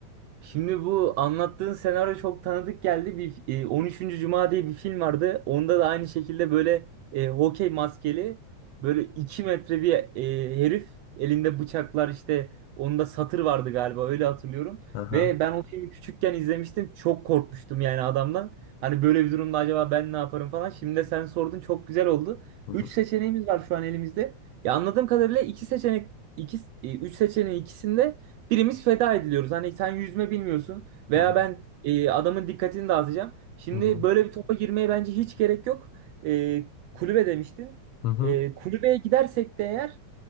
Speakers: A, on the right; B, on the left.
A: Şimdi bu anlattığın senaryo çok tanıdık geldi. Bir e, 13. Cuma diye bir film vardı. Onda da aynı şekilde böyle e, hokey maskeli böyle 2 metre bir e, herif elinde bıçaklar işte onda satır vardı galiba öyle hatırlıyorum.
B: Aha.
A: Ve ben o filmi küçükken izlemiştim. Çok korkmuştum yani adamdan. Hani böyle bir durumda acaba ben ne yaparım falan. Şimdi de sen sordun çok güzel oldu.
B: Hı hı.
A: 3 seçeneğimiz var şu an elimizde. Ya anladığım kadarıyla iki seçenek iki, 3 seçeneğin ikisinde Birimiz feda ediliyoruz. Hani sen yüzme bilmiyorsun veya
B: Hı hı.
A: ben e, adamın dikkatini dağıtacağım. Şimdi
B: Hı hı.
A: böyle bir topa girmeye bence hiç gerek yok. E, kulübe demiştin.
B: Hı hı.
A: E, kulübeye gidersek de eğer